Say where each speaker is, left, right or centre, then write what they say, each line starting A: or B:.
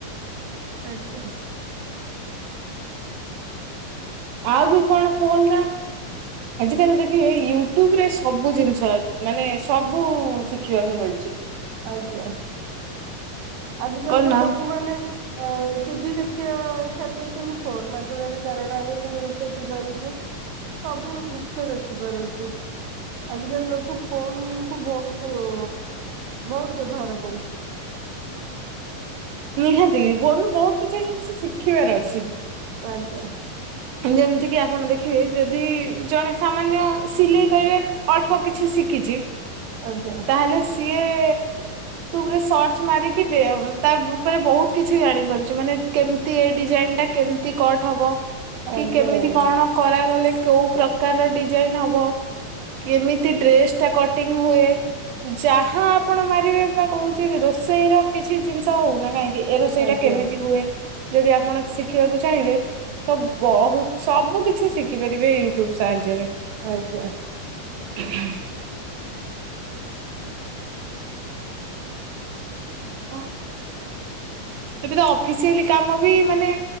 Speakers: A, on the right; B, on the right.
A: ଆଜ୍ଞା।
B: ଆଉ ବି କଣ ଫୋନ ନା ଆଜିକାଲି ଦେଖି ୟୁ ୟୁଟୁବ ରେ ସବୁ ଜିନିଷ ମାନେ ସବୁ ଶିଖିବାକୁ ମିଳୁଛି।
A: ଆଜ୍ଞା ଆଜିକାଲି
B: କଣ
A: ତ
B: ନା
A: ଲୋକମାନେ ଆ ଟିଭି ଦେଖିବା ଛାଡିଦେଇଛନ୍ତି ଫୋନ୍ ମାଧ୍ୟମରେ କାରଣ ଆମେ ନୂୟୁଜ ଦେଖି ପାରୁଛୁ। ସବୁ ଜିନିଷ ଦେଖିପାରୁଛୁ ଆଜିକାଲି ଲୋକ ଫୋନ କୁ ବହୁତ କୁ ବହୁତ ବ୍ୟବହାର କରୁଛନ୍ତି।
B: ନିହାତି ଫୋନ ରୁ ବହୁତ କିଛି ଜିନିଷ ଶିଖିବାର ଅଛି।
A: ଆଜ୍ଞା।
B: ଯେମିତି କିି ଆପଣ ଦେଖିବେ ଯଦି ଜଣେ ସାମାନ୍ୟ ସିଲେଇ କରିବାକୁ ଅଳ୍ପ କିଛି ଶିଖିଛି
A: ଆଜ୍ଞା
B: ତାହେଲେ ସିଏ ୟୁଟୁବରେ ସର୍ଚ୍ଚ ମାରିକି ବେୟ ତା ଉପରେ ବହୁତ କିଛି ଜାଣିପାରୁଛି ମାନେ କେମିତି ଏ ଡିଜାଇନ ଟା କେମିତି କଟ ହବ କି
A: ଆଜ୍ଞା
B: କେମିତି
A: ଆଜ୍ଞା
B: କଣ କରାଗଲେ କୋଉ ପ୍ରକାର ଡିଜାଇନ ହବ କେମିତି ଡ୍ରେସ ଟା କଟିଙ୍ଗ ହୁଏ। ଯାହା ଆପଣ ମାରିବେ ବା କହୁଛି ରୋଷେଇ ର କିଛି ଜିନିଷ ହଉନା କାହିଁକି ଏ ରୋଷେଇ
A: ଆଜ୍ଞା
B: ଟା କେମିତି ହୁଏ ଯଦି ଆପଣ ଶିଖିବାକୁ ଚାହିଁବେ ତ ବହୁତ ସବୁ କିଛି ଶିଖି ପାରିବେ ୟୁଟୁବୁ ସାହାଯ୍ୟରେ।
A: ଆଜ୍ଞା
B: <unintelligible> ହଁ। ଏବେ ତ ଅଫିସିଆଲି କାମ ବି ମାନେ